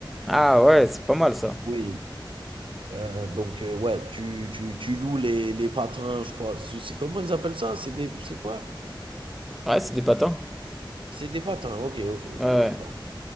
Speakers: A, in the centre; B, on the right.
A: Ah ouais, c'est pas mal ça.
B: Oui, Euh, donc, euh, ouais, tu, tu, tu loues les, les patins, je crois. C'est c'est- comment ils appellent ça? C'est des, c'est quoi?
A: Ouais, c'est des patins.
B: C'est des patins. Ok, ok, ok,
A: Ouais. ouais.
B: d'accord.